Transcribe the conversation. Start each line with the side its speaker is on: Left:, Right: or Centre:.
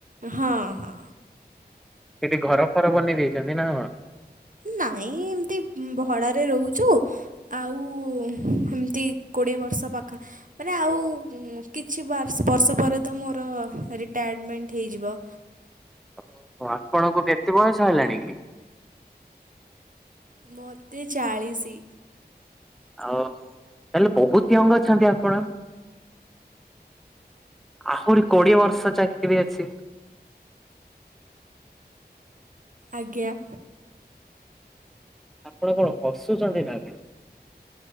Right: ହଁ ହଁ।
Centre: ସେଠି ଘର ଫର ବନେଇ ଦେଇଛନ୍ତି ନା କଣ?
Right: ନାଇଁ ଏମତି ଭଡାରେ ରହୁଚୁ। ଆଉ ଏମିତି କୋଡ଼ିଏ ବର୍ଷ ପାଖା ମାନେ ଆଉ କିଛି ବ ବର୍ଷ ପରେ ତ ମୋର ରିଟାୟାରମେଣ୍ଟ ହେଇବ
Centre: ଓହୋ ଆପଣଙ୍କୁ କେତେ ବୟସ ହେଲାଣି କି
Right: ମୋତେ ଚାଳିଶି।
Centre: ଆଉ ତାଲେ ବହୁତ ୟଙ୍ଗ ଅଛନ୍ତି ଆପଣ। ଆହୁରି କୋଡିଏ ବର୍ଷ ଚାକିରିୀ ଅଛି।
Right: ଆଜ୍ଞା
Centre: ଆପଣ କଣ ହସୁଛନ୍ତି ନା କଣ।